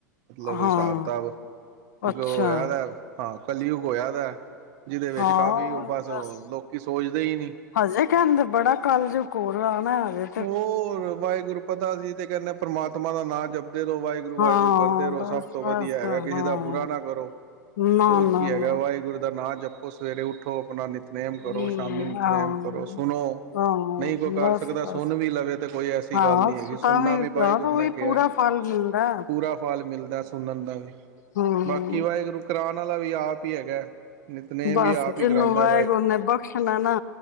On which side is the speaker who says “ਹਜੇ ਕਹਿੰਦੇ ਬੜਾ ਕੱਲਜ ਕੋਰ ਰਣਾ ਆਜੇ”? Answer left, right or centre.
Left